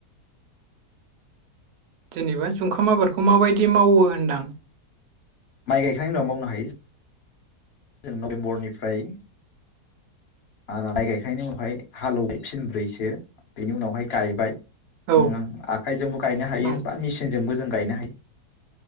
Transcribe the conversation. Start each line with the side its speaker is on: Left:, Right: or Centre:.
Right: जेनेबा जुंखाम आबादखौ माबायदि मावो होनदां?
Left: माइ गायखांनायनि उनाव मावनो हायो। जों नभेम्बरनिफ्राय आर माइ गायखांनायनि उनावहाय हालौव फिनब्रैसो बेनि उनावहाय गायबाय
Right: औ
Left: ओम आं आखायजोंबो गायनो हायो
Right: औ
Left: बा मेसिनजोंबो जों गायनो हायो।